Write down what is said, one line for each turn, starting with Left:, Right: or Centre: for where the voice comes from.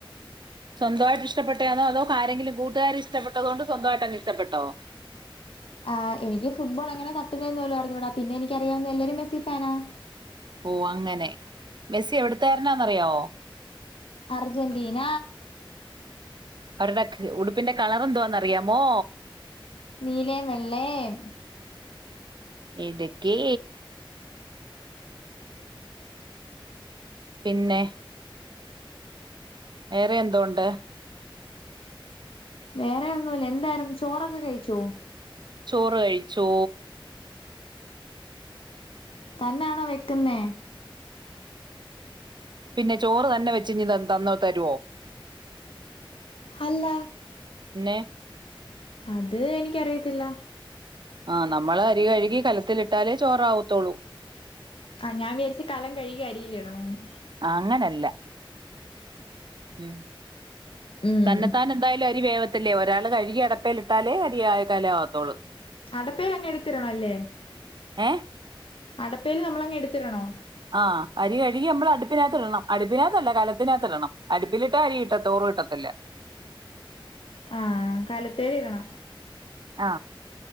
Right: സ്വന്തമായിട്ട് ഇഷ്ടപ്പെട്ടതാണോ അതോ ആരെങ്കിലും കൂട്ടുകാർ ഇഷ്ടപ്പെട്ടതുക്കൊണ്ട് സ്വന്തമായിട്ട് അങ്ങ് ഇഷ്ടപ്പെട്ടോ.
Left: ആഹ് എനിക്ക് ഫുട്ബോൾ എങ്ങനെ തട്ടുന്നത് എന്ന് പോലും അറിഞ്ഞൂട പിന്നെ എനിക്ക്. എനിക്ക് അറിയാവുന്ന എല്ലാരും മെസി ഫാനാ.
Right: ഓ അങ്ങനെ മെസ്സി എവിടുത്തെ കാരനാ അറിയാമോ.
Left: അർജന്റീന
Right: അവരുടെ ഉടുപ്പിന്റെ കളർ എന്തോന്ന് അറിയാമോ.
Left: നിലയും വെള്ളയും
Right: മിടുക്കി. പിന്നെ വേറെ എന്തൊണ്ട്
Left: വേറെ ഒന്നുമല്ല എന്തായിരുന്നു ചോറൊക്കെ കഴിച്ചോ.
Right: ചോറ് കഴിച്ചു.
Left: തന്നെയാണോ വെക്കുന്നേ.
Right: പിന്നെ ചോറ് തന്നെ വെച്ചഞ്ഞ് തന്ന തരുവോ.
Left: അല്ല
Right: ന്നെ
Left: അത് എനിക്കറിയത്തില്ല.
Right: ആഹ് നമ്മള് അരി കഴുകി കലത്തിൽ ഇട്ടാലെ ചോറ് ആവാത്തൊള്ളോ.
Left: ആഹ് ഞാൻ വിചാരിച്ചു കലം കഴുകി അരിയില് ഇടണോന്ന്.
Right: അങ്ങനല്ല ഉം
Left: ഉം
Right: തന്നെത്താൻ എന്തായാലും അരി വേവ ത്തിലെ ഒരാൾ കഴുകി അടപ്പേൽ ഇട്ടാലേ അരി ആകത്തേള്ളൂ.
Left: അടപ്പേരങ്ങ എടുത്തിടണം അല്ലേ
Right: ഏഹ്
Left: അടപ്പൽ നമ്മളങ്ങ് എടുത്തിടണോ
Right: ആഹ് അരി കഴുകി നമ്മൾ അടുപ്പിനകത്ത് ഇടണം അടുപ്പിനകത്തല്ല കലത്തിനകത്ത് ഇടണം അടുപ്പിലിട്ടാ അരി ചോറ് കിട്ടത്തില്ല
Left: ആ കലത്തേലിടണം
Right: ആ